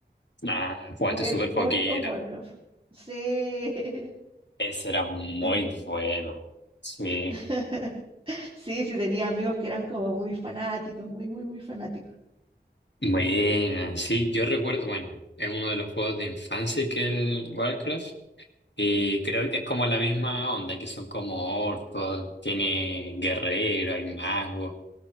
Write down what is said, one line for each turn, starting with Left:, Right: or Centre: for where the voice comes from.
Left: Ah,
Right: que
Left: jugaste
Right: jugué
Left: súper
Right: el World
Left: poquito.
Right: of Warcraft. Sí. <laughs>
Left: Ese era muy
Right: Ya.
Left: bueno. Sí.
Right: <laughs> Sí, sí, tenía amigos que eran como muy fanáticos, muy, muy, muy fanáticos.
Left: Bueno, sí, yo recuerdo, bueno, es uno de los juegos de infancia que es el Warcraft y creo que es como la misma onda, que son como orcos, tiene guerrero, hay magos,